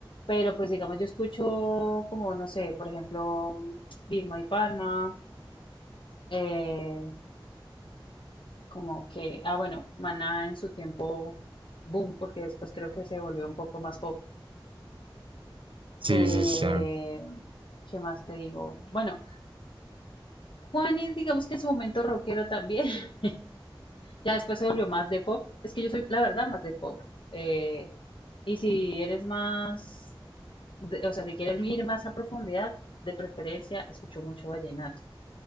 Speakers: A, on the left; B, on the right.
A: pero pues digamos yo escucho como, no sé, por ejemplo, Vilma y Palma, eh, como que, ah, bueno, Maná en su tiempo, boom, porque después creo que se volvió un poco más pop.
B: Sí,
A: Eh,
B: sí, sí.
A: ¿qué más te digo? Bueno, Juanes, digamos que en su momento rockero también, <laughs> ya después se volvió más de pop, es que yo soy, la verdad, más de pop. Eh, y si eres más de- o sea, si quieres ir más a profundidad, de preferencia escucho mucho vallenato.